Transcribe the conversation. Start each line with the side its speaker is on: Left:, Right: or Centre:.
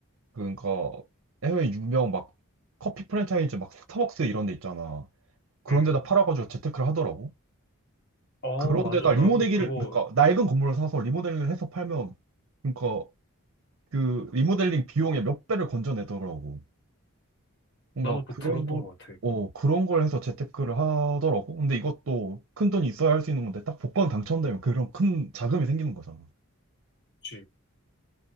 Right: 그러니까 해외 유명 막 커피 프랜차이즈 막 스타벅스 이런 데 있잖아. 그런
Left: 응.
Right: 데다 팔아가지고 재테크를 하더라고.
Left: 어,
Right: 그런데다
Left: 맞아.
Right: 리모델링을
Left: 나도 그거,
Right: 그러니까 낡은 건물을 사서 리모델링을 해서 팔면 그러니까 그 리모델링 비용의 몇 배를 건져내더라고. 뭔가
Left: 나도 그
Right: 그런
Left: 들었던
Right: 걸,
Left: 것 같아.
Right: 어, 그런 걸 해서 재테크를 하더라고. 근데 이것도 큰 돈이 있어야 할 수 있는 건데 딱 복권 당첨되면 그런 큰 자금이 생기는 거잖아.
Left: 그치?